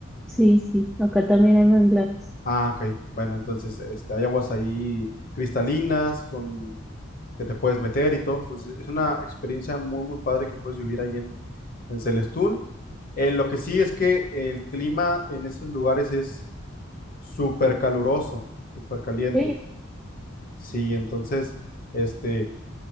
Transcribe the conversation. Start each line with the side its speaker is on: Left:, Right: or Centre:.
Centre: Sí, sí, acá también hay manglares.
Left: Ah, ok. Bueno, entonces este, hay aguas ahí cristalinas con que te puedes meter y todo. Entonces es una experiencia muy, muy padre que puedes vivir ahí en, en Celestún. Eh, lo que sí es que el clima en esos lugares es súper caluroso, súper caliente.
Centre: Sí,
Left: Sí, entonces, este,